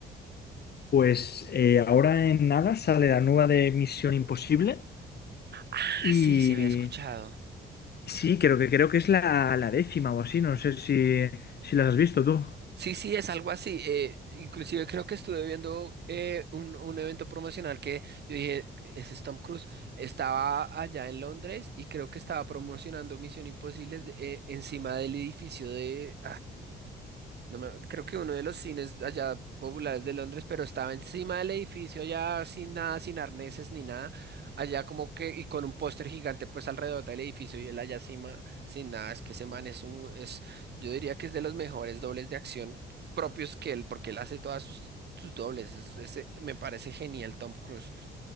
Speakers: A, on the left; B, on the right.
A: Pues eh, ahora en nada sale la nueva de Misión Imposible
B: Ah,
A: y
B: sí, se había escuchado.
A: sí, creo que creo que es la, la décima o así, no sé si, si las has visto tú.
B: Sí, sí, es algo así. eh, inclusive creo que estuve viendo eh, un, un evento promocional que yo dije, ese es Tom Cruise. Estaba allá en Londres y creo que estaba promocionando Misión Imposible de- eh, encima del edificio de No me- creo que uno de los cines allá populares de Londres, pero estaba encima del edificio allá sin nada, sin arneses ni nada, allá como que y con un póster gigante pues alrededor del edificio y él allá encima sin nada, es que ese man es un es yo diría que es de los mejores dobles de acción propios que él porque él hace todas sus, sus dobles, es- ese me parece genial Tom Cruise.